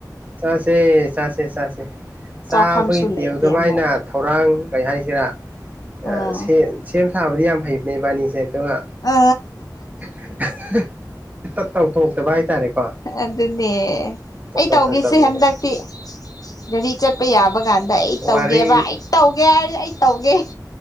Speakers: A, on the right; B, on the left.
A: ꯆꯥꯁꯦ ꯆꯥꯁꯦ ꯆꯥꯁꯦ ꯆꯥꯕꯒꯤ
B: ꯆꯥꯐꯝꯁꯨ
A: ꯊꯦꯕ
B: ꯂꯩꯇꯦ
A: ꯗꯨꯃꯥꯏꯅ
B: ꯑꯃꯨꯛ
A: ꯊꯧꯔꯥꯡ ꯀꯩ ꯍꯥꯏꯁꯤꯔꯥ ꯑ
B: ꯎꯝ
A: ꯁꯦ ꯁꯦꯝ ꯁꯥꯕꯗꯤ ꯌꯥꯝ ꯍꯩꯕꯅꯦ ꯏꯕꯥꯟꯅꯤꯁꯦ ꯑꯗꯨꯒ
B: ꯑ
A: <unintelligible> ꯇ ꯇꯧꯊꯣꯛꯇꯕ ꯍꯥꯏꯇꯥꯔꯦꯀꯣ
B: ꯑꯗꯨꯅꯦ
A: ꯇꯧꯊꯣꯛꯇꯕꯅꯦꯕ
B: ꯑꯩ ꯇꯧꯒꯦꯁꯦ ꯍꯟꯗꯛꯇꯤ ꯒꯔꯤ ꯆꯠꯄ ꯌꯥꯕ ꯀꯥꯟꯗ ꯑꯩ
A: ꯋꯥꯔꯤ
B: ꯇꯧꯒꯦꯕ ꯑꯩ ꯇꯧꯒꯦ ꯍꯥꯢꯔꯒ ꯑꯩ ꯇꯧꯒꯦ